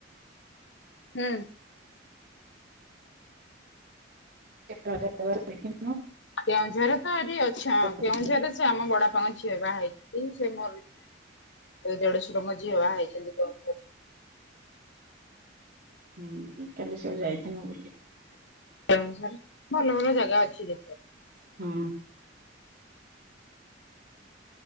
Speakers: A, on the left (about 70°); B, on the right (about 50°).
A: ହୁଁ।
B: <inaudible> ଦେଖିନି।
A: କେଉଁଝରରେ ତ ଏଠି ଅଛଁ। କେଉଁଝରରେ
B: ଅଛି
A: ସେ ଆମ ବଡ ବାପାଙ୍କ ଝିଅ ବାହ ହେଇଚି ସେ ମୋର ଏ ଦେଢଶୁରଙ୍କା ଝିଅ ବାହା ହେଇଛନ୍ତି <unintelligible>
B: ହୁଁ, ଉଁ, କାଲି ସବୁ ଯାଇଥିନୁ ବୁଲି।
A: କାମ ସାରି ଭଲ ଭଲ ଜାଗା ଅଛି ଦେଖିବା
B: ହଁ।